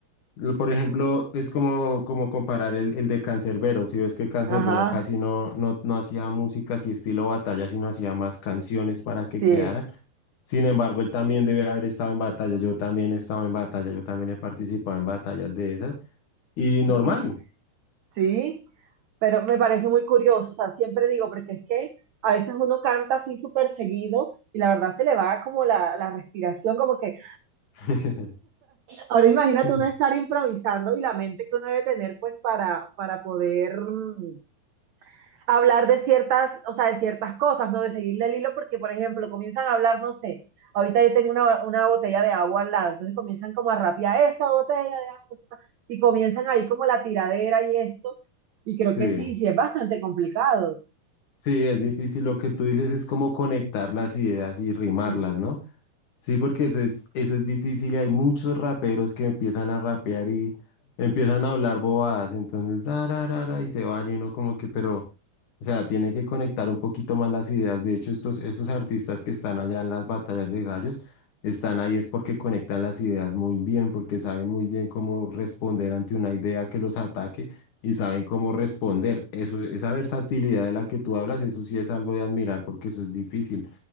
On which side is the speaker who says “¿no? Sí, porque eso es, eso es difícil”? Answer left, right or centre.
Left